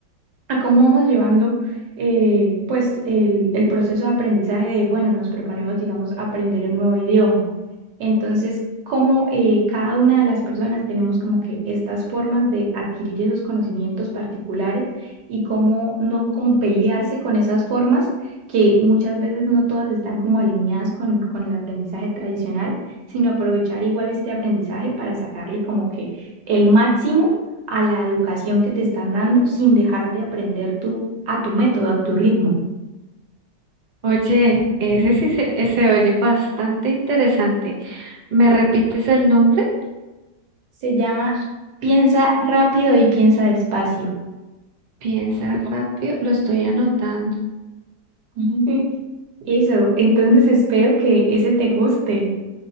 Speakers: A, on the right (about 70°); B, on the right (about 85°).
A: a cómo vamos llevando eh, pues el, el proceso de aprendizaje de, bueno, nos proponemos, digamos, aprender un nuevo idioma entonces, como eh, cada una de las personas tenemos como que estas formas de adquirir esos conocimientos particulares y cómo no como pelearse con esas formas que muchas veces no todas están como alineadas con, con el aprendizaje tradicional, sino aprovechar igual este aprendizaje para sacarle como que el máximo a la educación que te están dando sin dejar de aprender tú a tu método, a tu ritmo.
B: Oye, ese sí se, se oye bastante interesante. ¿Me repites el nombre?
A: Se llama Piensa rápido y piensa despacio.
B: Piensa rápido, lo estoy anotando.
A: Ujú. Eso, entonces espero que ese te guste.